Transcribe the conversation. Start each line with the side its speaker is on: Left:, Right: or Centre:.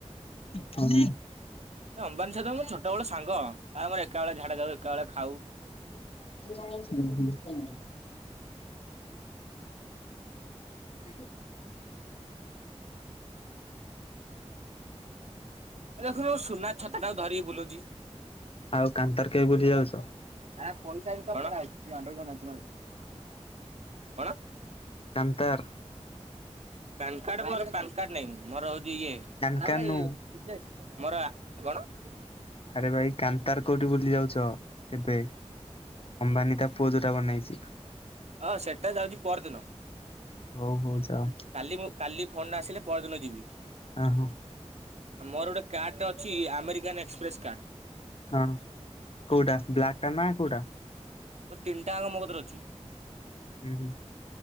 Left: ହଁ।
Right: ଅମ୍ବାନୀ ସହିତ ମୋର ର ଛୋଟ ବେଳ ର ସାଙ୍ଗ ଆ ଆମର ଏକା ବେଳେ ଝାଡା ଯାଉ ଏକା ବେଳେ ଖାଉ।
Left: ହୁଁ ହୁଁ। <inaudible>
Right: ଦେଖୁନୁ ମୋ ସୁନା ଛତାଟାକୁ ଧରିକି ବୁଲୁଛି।
Left: ଆଉ କାନ୍ତର କେବେ ବୁଲି ଯାଉଚ?
Right: <unintelligible>
Left: କାନ୍ତର।
Right: ପାନ କାର୍ଡ ମୋର ପାନ କାର୍ଡ ନାଇଁ ମୋର ହେଉ ଏଇ ଇଏ ଏଇଟା
Left: କାନକାନ
Right: ଗୋଟେ
Left: ନୁ
Right: ଏଇ ଇଏ ମୋର ଆ କଣ?
Left: ଆରେ ଭାଇ କାନ୍ତାର କୋଉଠି ବୁଲି ଯାଉଛ କେବେ ଅମ୍ବାନୀ ତା ପୁଅ ଯୋଉଟା ବନେଇଛି?
Right: ଅ ସେଟା ଯାଉଛି ପରଦିନ
Left: ହଉ ହଉ ଯାଅ
Right: କାଲି ମୁଁ କାଲି ଫୋନ୍ ଆସିଲେ ପରଦିନ ଯିବି।
Left: ଅ ହଁ।
Right: ମୋର ଗୋଟେ କାର୍ଡ଼ଟେ ଅଛି ଆମେରିକାନ୍ ଏକ୍ସପ୍ରେସ୍ କାର୍ଡ଼।
Left: ହଁ କୋଉଟା ବ୍ଲାକ୍ ଟା ନା କୋଉଟା?
Right: ଓ ତିନିଟା ଅଙ୍କ ମୋ କତିରେ ଅଛି।
Left: ହୁଁ ହୁଁ।